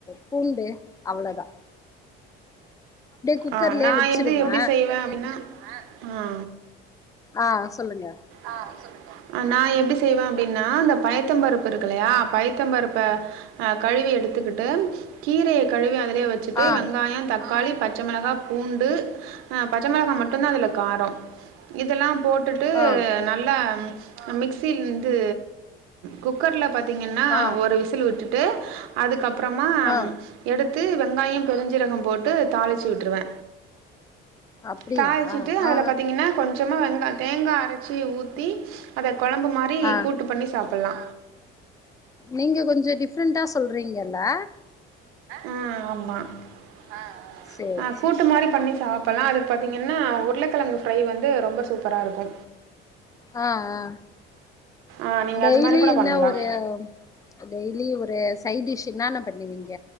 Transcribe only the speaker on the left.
பூண்டு அவ்ளொதா குக்கர்லயே
வச்சிருவே
ஆ சொல்லுங்க
ஆ
ஆ
ஆ
ஆ
அப்டியா
ஆ
ஆ
நீங்க கொஞ்சோ டிஃப்ரெண்டா சொல்றீங்கல்ல
சேரி
சேரி
ஆ ஆ
டெய்லியு
என்ன
ஒரு டெய்லியு ஒரு சைடிஷ் இன்னானா பண்ணுவீங்க